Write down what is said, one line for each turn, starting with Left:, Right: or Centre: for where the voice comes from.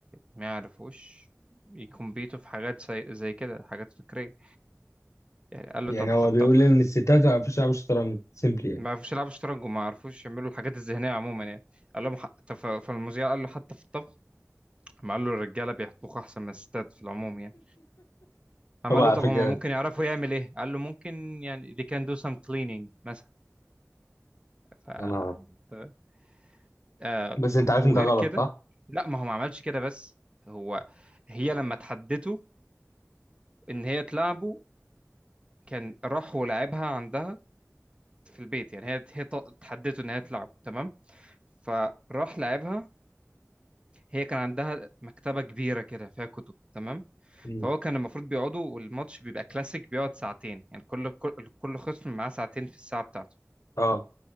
Right: ما يعرفوش يكمبيتوا في حاجات زي, زي كده حاجات فكرية يعني قال
Left: يعني
Right: له طب
Left: هو
Right: في الطبخ
Left: بيقول ان الستات ما بيعرفوش يلعبوا شطرنج سيمبلي يعني
Right: ما يعرفوش يلعبوا شطرنج وما يعرفوش يعملوا الحاجات الذهنية عموما يعني قال لهم ح- طب في في المذيع قال له حتى في الطبخ قام قال له الرجالة بيطبخوا أحسن من الستات في العموم يعني قام
Left: هو
Right: قال
Left: على
Right: له طب
Left: فكرة
Right: هم ممكن يعرفوا يعمل إيه قال له ممكن يعني they can do some cleaning مثلا ف
Left: انا
Right: تمام. آه
Left: بس
Right: ف-
Left: انت
Right: وغير
Left: عارف ان ده غلط
Right: كده
Left: صح؟
Right: لا ما هو ما عملش كده بس هو هي لما تحدته ان هي تلعبه كان راح ولعبها عندها في البيت يعني هي هي ط- تحدته ان هي تلعب تمام فراح لعبها هي كان عندها مكتبة كبيرة كده فيها كتب تمام
Left: مم،
Right: فهو كان المفروض بيقعدوا والماتش بيبقى كلاسيك بيقعد ساعتين يعني كل كل كل خصم معاه ساعتين في الساعة بتاعته
Left: اه